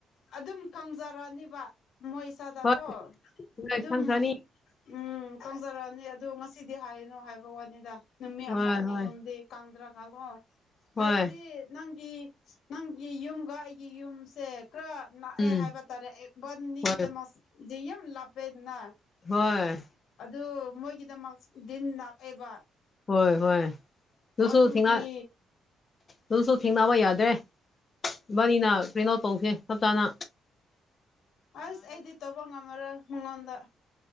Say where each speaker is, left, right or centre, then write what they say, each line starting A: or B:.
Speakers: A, on the left (about 70°); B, on the left (about 35°).
A: ꯑꯗꯨꯝ ꯈꯪꯖꯔꯅꯤꯕ ꯃꯣꯏ ꯏꯁꯥꯗꯀꯣ
B: ꯍꯣꯏ ꯍꯣꯏ
A: ꯑꯗꯨꯝ
B: ꯈꯪꯈ꯭ꯔꯅꯤ
A: ꯎꯝ ꯇꯧꯖꯔꯛꯑꯅꯤ ꯑꯗꯨ ꯉꯁꯤꯗꯤ ꯍꯥꯏꯅꯨ ꯍꯥꯏꯕ ꯋꯥꯅꯤꯗ ꯅꯨꯃꯤꯠ
B: ꯍꯣꯏ
A: ꯑꯃ ꯑꯅꯤꯒꯨꯝꯕꯗꯤ
B: ꯍꯣꯏ
A: ꯀꯪꯗ꯭ꯔꯒꯀꯣ
B: ꯍꯣꯏ
A: ꯍꯥꯏꯕꯗꯤ ꯅꯪꯒꯤ ꯅꯪꯒꯤ ꯌꯨꯝꯒ ꯑꯩꯒꯤ ꯌꯨꯝꯁꯦ ꯈꯔ ꯅꯛꯑꯦ
B: ꯎꯝ
A: ꯍꯥꯏꯕ ꯇꯥꯔꯛꯑꯦ ꯕꯟꯅꯤꯒꯤꯗꯃꯁꯗꯤ
B: ꯍꯣꯏ
A: ꯌꯥꯝ ꯂꯥꯞꯄꯦꯗꯅ
B: ꯍꯣꯏ
A: ꯑꯗꯨ ꯃꯣꯏꯒꯤꯗꯃꯛ ꯗꯤꯟ ꯅꯥꯛꯑꯦꯕ
B: ꯍꯣꯏ ꯍꯣꯏ ꯗꯨꯨꯁꯨ
A: ꯑꯗꯨꯒꯤ
B: ꯊꯦꯡꯉ ꯗꯨꯨꯁꯨ ꯊꯦꯡꯅꯕ ꯌꯥꯗꯦ ꯕꯥꯅꯤꯅ ꯀ꯭ꯔꯤꯅꯣ ꯇꯧꯈꯦ ꯍꯞꯇꯥꯅ
A: ꯑꯁ ꯑꯩꯗꯤ ꯇꯧꯕ ꯉꯝꯃꯔꯣꯏ ꯃꯉꯣꯟꯗ